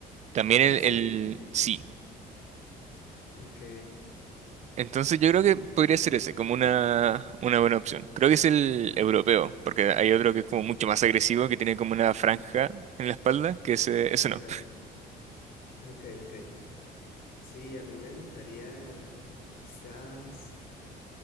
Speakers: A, on the right (about 45°); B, on the left (about 65°).
A: también
B: Ah,
A: el,
B: sí.
A: el sí.
B: Ok.
A: Entonces yo creo que podría ser ese, como una, una buena opción. Creo que es el europeo, porque hay otro que es como mucho más agresivo, que tiene como una franja en la espalda, que ese, ese
B: Ajá.
A: no.
B: Ok, ok. Sí, a mí me gustaría quizás